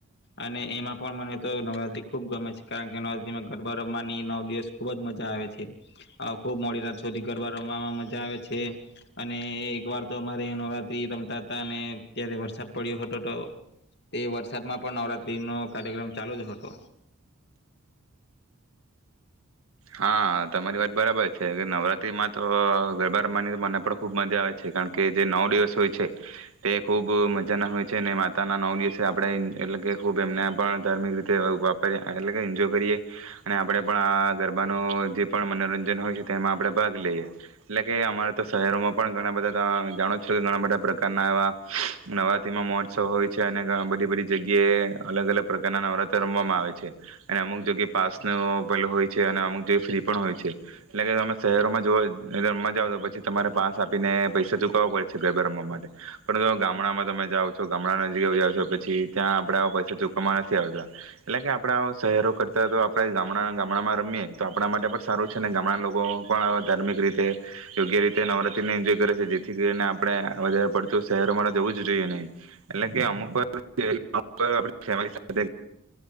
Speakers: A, on the left (about 50°); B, on the right (about 75°).
A: અને એમાં પણ મને તો નવરાત્રી ખુબ ગમે છે કારણ કે નવરાત્રીમાં ગરબા રમવાની નવ દિવસ ખુબ જ મજા આવે છે, ખુબ મોડી રાત સુધી ગરબા રમવાવામાં મજા આવે છે, અને એક વાર તો અમારે નવરાત્રી રમતા હતા અને ત્યારે વરસાદ પડ્યો હતો તો તે વરસા દમાં પણ નવરાત્રી નો કાર્યક્રમ ચાલુ જ હતો.
B: હા તમારી વાત બરાબર છે નવરાત્રીમાં તો ગરબા રમવાની મને પણ ખુબ મજા આવે છે કારણ કે જે નવ દિવસ હોય છે, તે ખુબ મજા ના હોય છે અને માતા ના નવ- દિવસે આપણેે એટલે કે ખુબ એમને પણ ધાર્મિક રીતે <unintelligible> એટલે કે એન્જોય કરીએ. અને આપડે પણ આ ગરબા પણ મનોરંજન હોય છે તેમાં આપણે ભાગ લઈએ એટલે કે અમારે તો શહેરોમાં પણ ઘણા બધા ત જાણો છો કે ઘણા બધા પ્રકારના એવા નવરાત્રીમાં મહોત્સવ હોય છે અને બધી બધી જગ્યાએ અલગ અલગ પ્રકારના નવરાત્ર રમવામાં આવે છે અને અમુક જગ્યાએ પાસનો પેલો હોય છે. અને અમુક જગ્યાએ ફ્રી પણ હોય છે એટલે કે તમે શહેરોમાં જો રમવા જઓ તો પછી તમારે પાસ આપીને પૈસા ચુકવવા પડે છે ગરબા રમવા માટે પરંતુ ગામડામાં તમે જાઓ છો ગામડા નજીક જાઓ છો પછી ત્યાં આપણેે પૈસા ચુકવવામાં નથી આવતા એટલે કે આપડા શહેરો કરતા તો આપડા ગામડાના રમીએ તો આપણા માટે પણ સારું છે ને ગામડા લોકો પણ ધાર્મિક રીતે યોગ્ય રીતે નવરાત્રીને એન્જોય કરે છે જેથી કરીને આપણે વધારે પડતું શહેરોમાં જવું જ જોઈએ નહી એટલે કે અમુક વાર આપડે ફેમીલી